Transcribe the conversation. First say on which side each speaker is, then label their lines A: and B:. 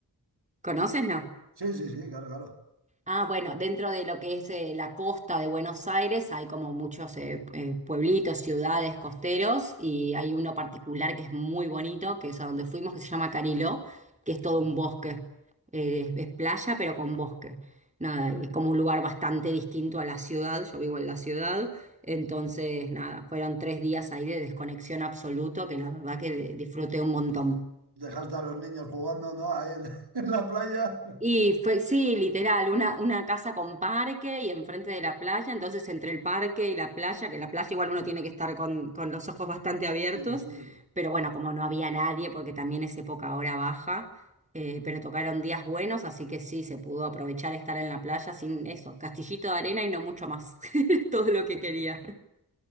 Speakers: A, on the right (about 20°); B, on the right (about 85°).
A: ¿Conoces, no?
B: Sí, sí, sí, claro, claro.
A: Ah, bueno, dentro de lo que es eh, la costa de Buenos Aires hay como muchos eh, eh, pueblitos, ciudades, costeros y hay uno particular que es muy bonito, que es a donde fuimos, que se llama Cariló, que es todo
B: Cariño.
A: un bosque. Eh, es, es playa pero con bosque. Nada, y es como un lugar bastante distinto a la ciudad, yo vivo en la ciudad, entonces nada, fueron tres días ahí de desconexión absoluto que la verdad que de- disfruté un montón.
B: Dejaste a los niños jugando, ¿no? Ahí en, <laughs> en la playa.
A: Y fue, sí, literal, una, una casa con parque y enfrente de la playa, entonces entre el parque y la playa, que la playa igual uno tiene que estar con, con los ojos bastante abiertos,
B: Sí, sí.
A: pero bueno, como no había nadie, porque también es época hora baja, eh, pero tocaron días buenos, así que sí, se pudo aprovechar estar en la playa sin eso, castillito de arena y no mucho más, <laughs> todo lo que quería.